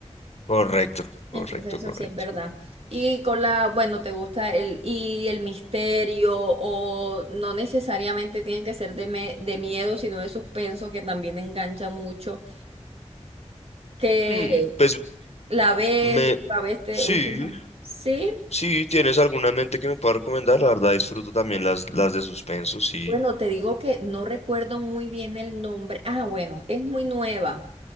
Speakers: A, on the left; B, on the right.
A: Correcto, correcto,
B: Entonces
A: correcto.
B: eso sí es verdad. Y con la, bueno, te gusta el, y el misterio o no necesariamente tienen que ser de, me- de miedo, sino de suspenso, que también engancha mucho, que
A: Hmm, pues
B: la ves,
A: me...
B: la ves te
A: Sí,
B: última. Sí.
A: Si tienes alguna en mente que me pueda recomendar, la verdad disfruto también las, las de suspenso, sí.
B: Bueno, te digo que no recuerdo muy bien el nombre. Ah, bueno, es muy nueva.